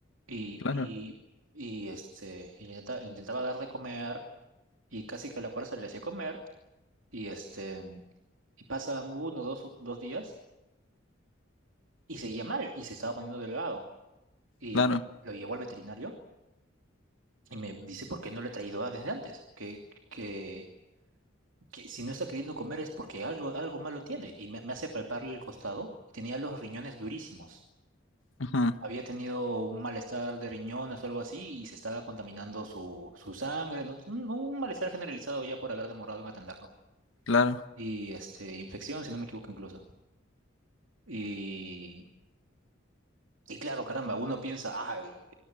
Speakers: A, on the right; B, on the left.
A: Y,
B: claro,
A: y, y este, y le intenta- le intentaba, dar de comer, y casi que a la fuerza le hacía comer, y este, y pasan uno, dos, dos días, y seguía mal, y se estaba poniendo delgado, y
B: claro,
A: lo llevó al veterinario, y me dice, ¿por qué no le he traído desde antes? Que, que que si no está queriendo comer es porque algo, algo malo tiene. Y me, me hace palparle el costado. Tenía los riñones durísimos.
B: ajá,
A: Había tenido un malestar de riñones o algo así y se estaba contaminando su, su sangre. ¿no? Un, un malestar generalizado ya por haber demorado en atenderlo.
B: claro,
A: Y este, infección, si no me equivoco incluso. Y Y claro, caramba, uno piensa, ah, al-